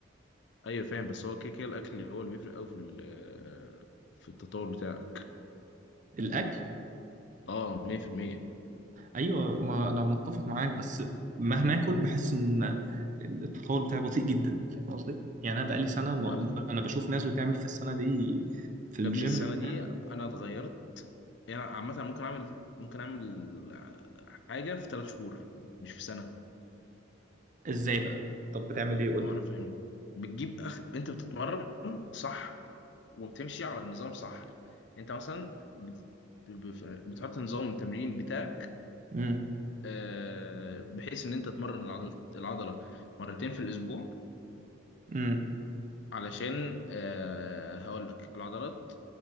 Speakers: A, on the left (about 65°); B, on the right (about 40°).
A: ايوه فاهم بس هو كده كده الاكل اللي هو اللي بيفرق قوي في ال- في التطور بتاعك
B: الاكل
A: اه 100%
B: ايوه ما انا متفق معاك بس مهما اكل بحس ان التطور بتاعي بطيء جدا فاهم قصدي يعني انا بقالي سنه الم-
A: انا هقول لك
B: انا بشوف ناس بتعمل في السنه دي في الجيم
A: يا ابني السنة
B: بتعمل
A: دي انا اتغيرت يعني عامة ممكن أعمل ممكن أعمل ع- حاجة في ثلاث شهور مش في سنة
B: ازاي بقى طب بتعمل ايه قول
A: ما
B: لي
A: أنا فاهم بتجيب أخ أنت بتتمرن صح وبتمشي على النظام صح أنت مثلا بت... ب- ب- بتحط نظام التمرين بتاعك
B: امم
A: آه، بحيث إن أنت تمرن العضل... العضلة مرتين في الأسبوع
B: امم
A: علشان آه، هقول لك العضلات